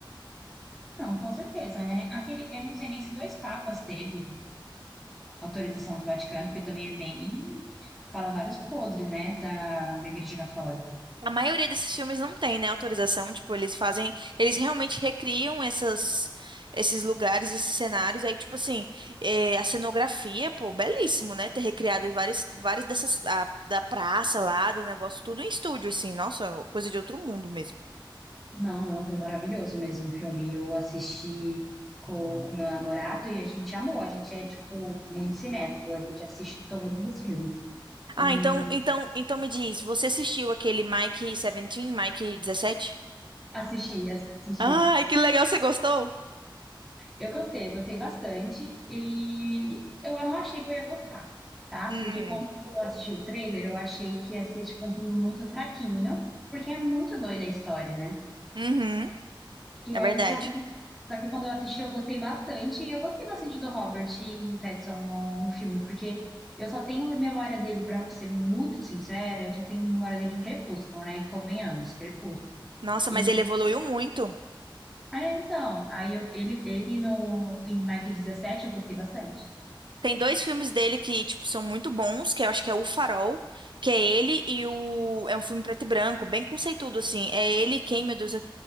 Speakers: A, in the centre; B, on the right.
A: Não, com certeza, né? Aquele, eu não sei nem se dois papas teve autorização do Vaticano, porque também é bem, fala vários podres, né, da, da Igreja Católica.
B: A maioria desses filmes não tem, né, autorização, tipo, eles fazem, eles realmente recriam essas, esses lugares, esses cenários, aí, tipo assim, eh, a cenografia, pô, belíssimo, né, ter recriado várias, várias dessas, a- da praça lá, do negócio, tudo em estúdio, assim, nossa, coisa de outro mundo mesmo.
A: Não, não, foi maravilhoso mesmo o filme. Eu assisti com o meu namorado e a gente amou. A gente é, tipo, muito cinéfilo. A gente assiste todos os filmes. E
B: Ah, então, então, então me diz, você assistiu aquele Mike 17, Mike dezessete
A: assisti, assisti.
B: Ai, que legal, você gostou?
A: Eu gostei, eu gostei bastante. E eu não achei que eu ia gostar, tá?
B: Hum,
A: Porque quando eu assisti o trailer, eu achei que ia ser, tipo, um filme muito fraquinho, porque é muito doida a história, né?
B: uhum,
A: E
B: é
A: aí,
B: verdade.
A: só que, só que quando eu assisti, eu gostei bastante. E eu gostei bastante do Robert Pattinson no, no filme, porque eu só tenho memória dele, pra ser muito sincera, eu só tenho memória dele em Crepúsculo, né? E convenhamos, Crepúsculo.
B: Nossa,
A: E-
B: mas ele evoluiu muito.
A: é, então, aí eu- ele, ele no, em Mike 17 eu gostei bastante.
B: Tem dois filmes dele que, tipo, são muito bons, que eu acho que é O Farol, que é ele e o... É um filme preto e branco, bem conceituado, assim. É ele quem, meu Deus, é